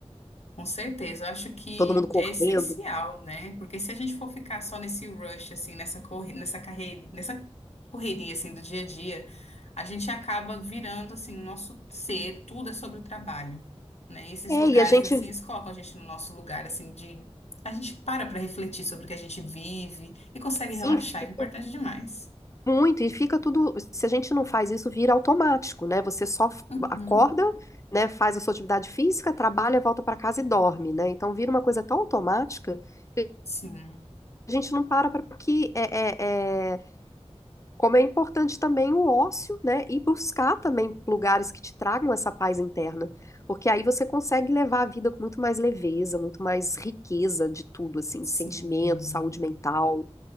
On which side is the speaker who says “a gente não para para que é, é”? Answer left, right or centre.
Left